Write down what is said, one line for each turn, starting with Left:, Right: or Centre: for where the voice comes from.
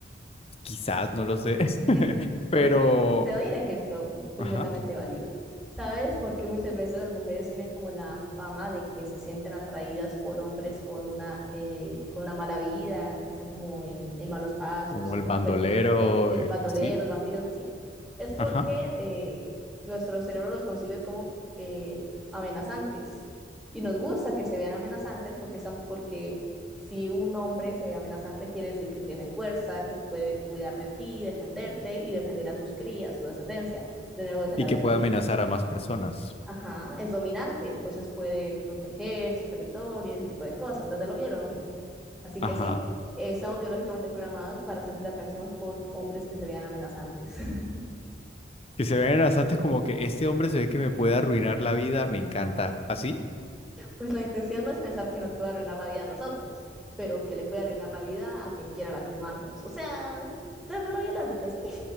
Left: quizás, no lo sé,
Centre: <laughs>
Left: <laughs> pero,
Centre: Ok, te doy un ejemplo completamente
Left: ajá,
Centre: válido. ¿Sabes por qué muchas veces las mujeres tienen como la fama de que se sienten atraídas por hombres con una, eh, con una mala vida, que están como en, en malos pasos,
Left: como el
Centre: que
Left: bandolero,
Centre: son peli- peli- eh,
Left: el-
Centre: bandoleros,
Left: sí,
Centre: bandidos, así? Es porque
Left: ajá,
Centre: eh, nuestro cerebro los concibe como eh, amenazantes. Y nos gusta que se vean amenazantes porque, son, porque si un hombre se ve amenazante, quiere decir que tiene fuerza, que puede cuidar de ti, defenderte y defender a tus crías, tu descendencia, de nuevo desde
Left: y
Centre: la
Left: que
Centre: biología.
Left: puede amenazar a más personas.
Centre: Ajá, es dominante, entonces puede proteger su territorio y ese tipo de cosas, desde lo biológico. Así
Left: Ajá.
Centre: que sí, eh, estamos biológicamente programados para sentir atracción por hombres que se vean amenazantes. <laughs>
Left: Que se ven bastantes como que este hombre se ve que me puede arruinar la vida, me encanta. ¿Así?
Centre: pues la intención no es pensar que nos puede arruinar la vida a nosotros, pero que le puede arruinar la vida a quien quiera lastimarnos. O sea, desde lo biológico, sí.